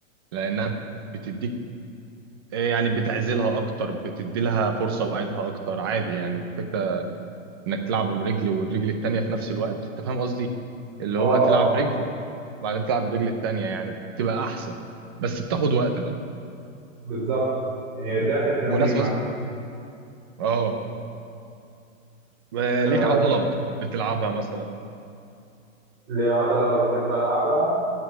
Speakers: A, on the right; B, on the right.
A: لانها بتديك آه، يعني بتعزلها اكتر بتدي لها فرصة بعيدها اكتر عادي يعني الفكرة انك تلعب برجل والرجل التانية في نفس الوقت انت فاهم قصدي اللي
B: اه
A: هو
B: آه.
A: تلعب رجل وبعدين تلعب الرجل التانية يعني بتبقى احسن بس بتاخد
B: مم.
A: وقت بقى
B: بالظبط يعني ده في التمرين
A: وناس مثلا اه آه، ليك
B: آه،
A: عضلة بتح- بتلعبها مثلا
B: ليه عضلة بحب ألعبها